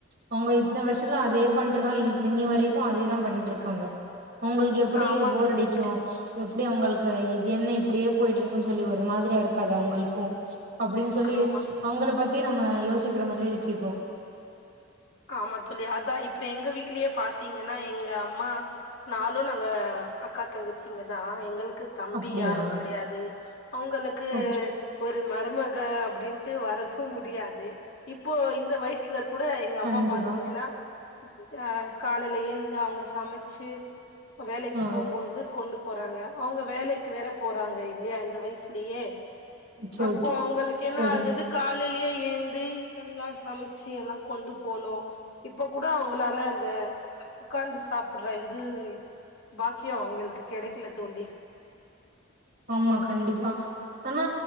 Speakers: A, on the right; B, on the left.
A: அவங்க இந்த வருஷத்துல அதே பண்ணிட்டு தா இ இனி வரைக்கு அதேதா பண்ணிட்டு இருக்காங்க அவங்களுக்கு எப்டி
B: ஆமா
A: போரடிக்கு
B: தோழி
A: எப்டி அவங்கள் க்கை இது என்ன இப்டியே போயிட்டு இருக்குன்னு சொல்லி ஒரு மாதிரியா இருக்காது அவங்களுக்கு அப்டின்னு சொல்லி
B: ஆமா
A: அவங்கள பத்தி நம்ம யோசிக்கிற மாதிரி இருக்கு இப்போ
B: ஆமா தோழி அதா இப்ப எங்க வீட்லயே பாத்தீங்கன்னா எங்க அம்மானாளு நாங்க அக்கா தங்கச்சிங்க தா எங்களுக் தம்பி
A: அப்டியா
B: யாரு கிடையாது அவங்களுக்கு
A: ஓகே
B: ஒரு மருமக் ங்க வந்து அப்டின்ட்டு வரவு முடியாது இப்போ இந்த வயசுல கூட எங்க
A: கண்டிப்பா
B: அம்மா பாத்தீங்கன்னா அ காலையில ஏந்து அவங்க சமைச்சு வேலைக்கு
A: ஆ
B: போம்போது கொண்டு போறாங்க அவங்க வேலைக்கு வேற போறாங்க இல்லையா இந்த வயசுலயே
A: ஓகே
B: அப்போ
A: ஓகே
B: அவங்களுக்கு என்ன
A: சரிங்க
B: ஆகுது காலையிலயே ஏந்து எல்லா சமைச்சு எல்லா கொண்டு போணு இப்ப கூட அவங்களால இந்த உக்காந்து சாப்புடுற இது பாக்கியோ அவங்களுக்கு கெடைக்கல தோழி
A: ஆமா கண்டிப்பா ஆனா